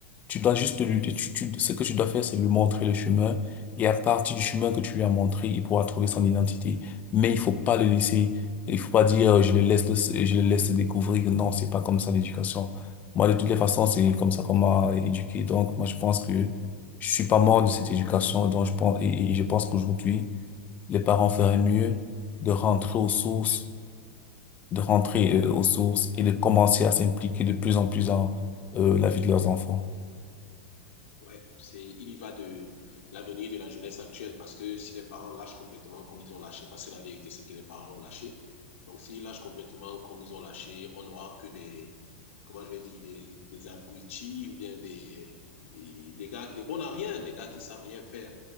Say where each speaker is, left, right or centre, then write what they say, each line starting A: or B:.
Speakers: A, on the left; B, on the left.
A: Tu dois juste lui, tu, tu- ce que tu dois faire, c'est lui montrer le chemin. Et à partir du chemin que tu lui as montré, il pourra trouver son identité. Mais il faut pas le laisser, il faut pas dire, euh, je le laisse, le- je le laisse découvrir. Non, c'est pas comme ça l'éducation. Moi, de toutes les façons, c'est comme ça qu'on m'a éduqué. Donc, moi, je pense que je suis pas mort de cette éducation. Donc, je pense, et, et je pense qu'aujourd'hui, les parents feraient mieux de rentrer aux sources de rentrer euh, aux sources et de commencer à s'impliquer de plus en plus dans euh, la vie de leurs enfants.
B: Ouais, c'est, il y va de l'avenir de la jeunesse actuelle parce que si les parents lâchent complètement comme ils ont lâché, parce que la vérité, c'est que les parents ont lâché. Donc, s'ils lâchent complètement comme ils ont lâché, on n'aura que des, comment je vais dire, des, des abrutis ou bien des, des, des gars, des bons à rien, des gars qui savent rien faire.